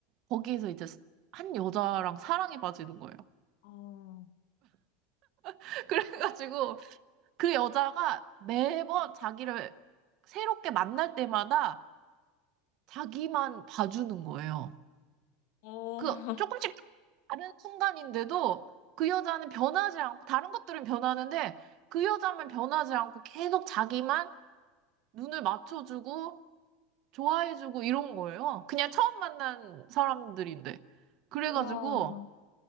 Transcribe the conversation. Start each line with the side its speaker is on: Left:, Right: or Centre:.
Right: 거기에서 이제 한 여자랑 사랑에 빠지는 거예요.
Left: 어,
Right: <laughs> 그래가지고 그 여자가 매번 자기를 새롭게 만날 때마다 자기만 봐주는 거예요.
Left: 어,
Right: 그
Left: <laughs>
Right: 조금씩 다른 순간인데도 그 여자는 변하지 않고 다른 것들은 변하는데 그 여자만 변하지 않고 계속 자기만 눈을 맞춰주고 좋아해주고 이런 거예요. 그냥 처음 만난 사람들인데. 그래가지고
Left: 우와.